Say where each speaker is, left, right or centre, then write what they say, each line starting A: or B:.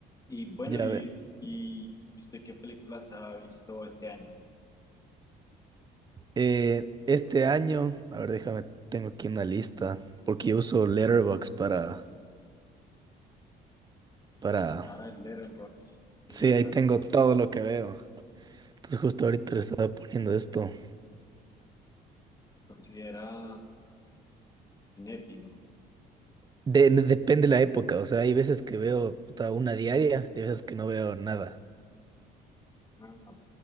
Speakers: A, on the left; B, on the right.
A: Y bueno,
B: Ya
A: y,
B: ve.
A: y ¿y usted qué películas ha visto este año?
B: Eh, este año, a ver, déjame, tengo aquí una lista, porque yo uso Letterboxd para, para...
A: Ah, el Letterboxd, que
B: Sí,
A: yo
B: ahí
A: también
B: tengo
A: lo
B: todo
A: conozco.
B: lo que veo. Entonces justo ahorita le estaba poniendo esto.
A: Se considera cinéfilo.
B: De- de- depende la época, o sea, hay veces que veo puta, una diaria, y hay veces que no veo nada.
A: Ah, ok,